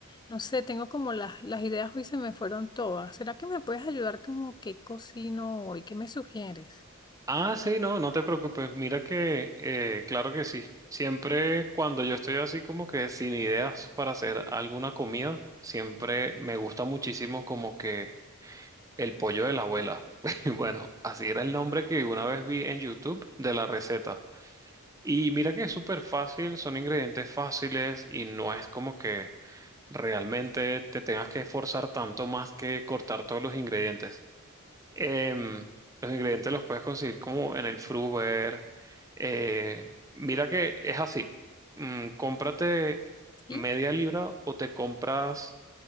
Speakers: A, on the left; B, on the right.
A: No sé, tengo como las, las ideas hoy se me fueron todas. ¿Será que me puedes ayudar como qué cocino hoy? ¿Qué me sugieres?
B: Ah, sí, no, no te preocupes. Mira que, eh, claro que sí. Siempre cuando yo estoy así como que sin ideas para hacer alguna comida, siempre me gusta muchísimo como que el pollo de la abuela. <laughs> Bueno, así era el nombre que una vez vi en YouTube de la receta. Y mira que es súper fácil, son ingredientes fáciles y no es como que realmente te tengas que esforzar tanto más que cortar todos los ingredientes. Em, los ingredientes los puedes conseguir como en el Fruver. Eh, mira que es así. Mm, cómprate
A: Sí,
B: media libra o te compras